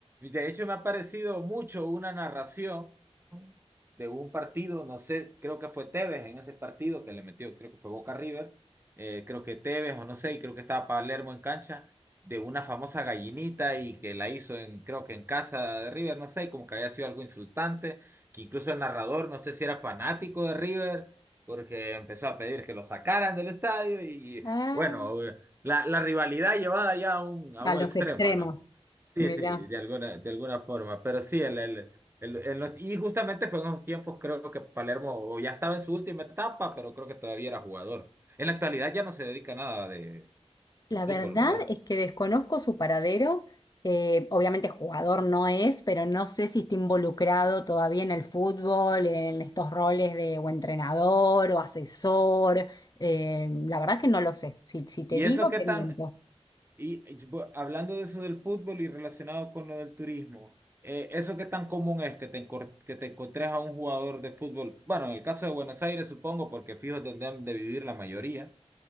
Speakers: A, on the right; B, on the left.
A: de hecho, me ha parecido mucho una narración. de un partido, no sé, creo que fue Tevez en ese partido que le metió, creo que fue Boca River, eh, creo que Tevez o no sé, y creo que estaba Palermo en cancha, de una famosa gallinita y que la hizo en, creo que en casa de River, no sé, y como que había sido algo insultante, que incluso el narrador, no sé si era fanático de River, porque empezó a pedir que lo sacaran del estadio y
B: Ah,
A: bueno, eh, la, la rivalidad llevada ya a un, a
B: a
A: un
B: los
A: extremo,
B: extremos.
A: ¿no? Sí,
B: Mirá.
A: sí, de alguna, de alguna forma, pero sí, el, el- en- en los- y justamente fue en esos tiempos, creo que Palermo o ya estaba en su última etapa, pero creo que todavía era jugador. En la actualidad ya no se dedica a nada de,
B: La
A: de fútbol,
B: verdad
A: ¿verdad?
B: es que desconozco su paradero. Eh, obviamente jugador no es, pero no sé si está involucrado todavía en el fútbol, en estos roles de o entrenador o asesor. Eh, la verdad es que no lo sé. Si, si te
A: Y
B: digo,
A: eso qué
B: te
A: tan,
B: miento.
A: y, y, bu- hablando de eso del fútbol y relacionado con lo del turismo, eh, eso qué tan común es que te, encor- que te encontres a un jugador de fútbol. Bueno, en el caso de Buenos Aires, supongo, porque fijo donde han de vivir la mayoría,